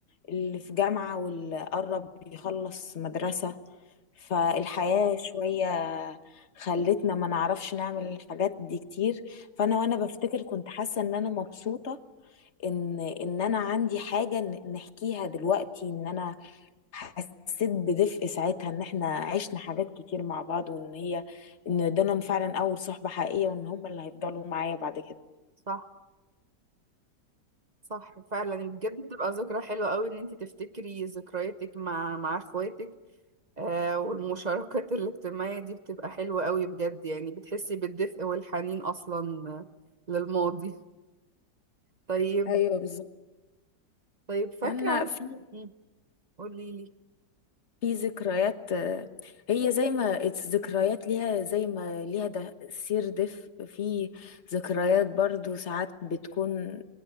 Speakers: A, on the left; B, on the right.
A: اللي في جامعة واللي قرب يخلص مدرسة فالحياة شوية خلتنا ما نعرفش نعمل الحاجات دي كتير فأنا وأنا بفتكر كنت حاسة إن أنا مبسوطة إن إن أنا عندي حاجة ن- نحكيها دلوقتي إن أنا حسيت بدفء ساعتها إن إحنا عشنا حاجات كتير مع بعض وإن هي إن دول فعلا أول صحبة حقيقية وإن هم اللي هيفضلوا معايا بعد كده
B: صح صح فعلا يعني بجد بتبقى ذكرى حلوة قوي ان انت تفتكري ذكرياتك مع مع اخواتك آه والمشاركات الاجتماعية دي بتبقى حلوة قوي بجد يعني بتحسي بالدفء والحنين اصلا للماضي طيب
A: ايوه بالظبط
B: طيب فاكرة
A: انا في
B: مم. قوليلي
A: في ذكريات آه، هي زي ما it's ذكريات ليها زي ما ليها ده سير دف في ذكريات برضو ساعات بتكون